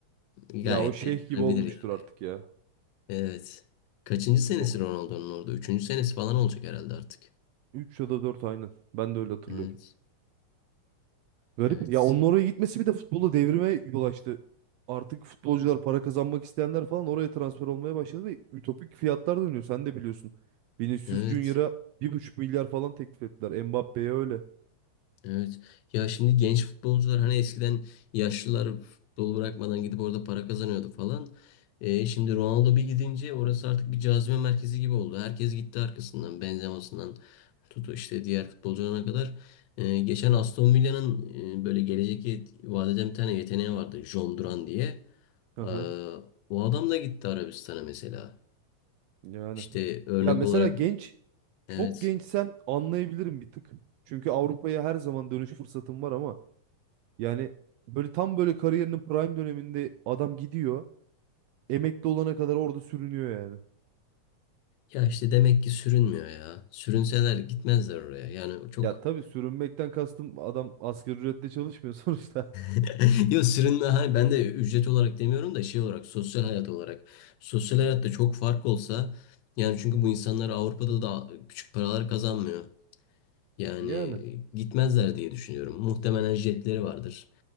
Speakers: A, on the left; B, on the right.
A: Gayet
B: Ya o şeyh
A: de yaşanabilir
B: gibi olmuştur artık ya.
A: Evet. Kaçıncı senesi
B: Bu
A: Ronaldo'nun orada? Üçüncü senesi falan olacak herhalde artık.
B: 3 ya da 4 aynen. Ben de öyle hatırlıyorum.
A: Evet.
B: Garip.
A: Evet.
B: Ya onun oraya gitmesi bir de futbolu devrime yol açtı. Artık futbolcular para kazanmak isteyenler falan oraya transfer olmaya başladı ve ütopik fiyatlar dönüyor. Sen de biliyorsun. Vinicius
A: Evet.
B: Junior'a bir buçuk milyar falan teklif ettiler. Mbappe'ye öyle.
A: Evet. Ya şimdi genç futbolcular hani eskiden yaşlılar futbol bırakmadan gidip orada para kazanıyordu falan. Ee, şimdi Ronaldo bir gidince orası artık bir cazibe merkezi gibi oldu. Herkes gitti arkasından. Benzema'sından tut işte diğer futbolcularına kadar. Ee, geçen Aston Villa'nın e, böyle gelecek yet- vadeden bir tane yeteneği vardı. John Duran diye.
B: Aha.
A: Ee, o adam da gitti Arabistan'a mesela.
B: Yani.
A: İşte örnek
B: Ya mesela
A: olarak
B: genç
A: evet.
B: Çok gençsen anlayabilirim bir tık. Çünkü Avrupa'ya her zaman dönüş fırsatım var ama yani böyle tam böyle kariyerinin prime döneminde adam gidiyor. Emekli olana kadar orada sürünüyor yani.
A: Ya işte demek ki sürünmüyor ya. Sürünseler gitmezler oraya. Yani çok
B: Ya tabii sürünmekten kastım adam asgari ücretle çalışmıyor <laughs> sonuçta.
A: <laughs> Yok sırrında hani ben de ücret olarak demiyorum da şey olarak sosyal hayat olarak. Sosyal hayatta çok fark olsa yani çünkü bu insanlar Avrupa'da da küçük paralar kazanmıyor. Yani
B: Yani
A: gitmezler diye düşünüyorum. Muhtemelen jetleri vardır.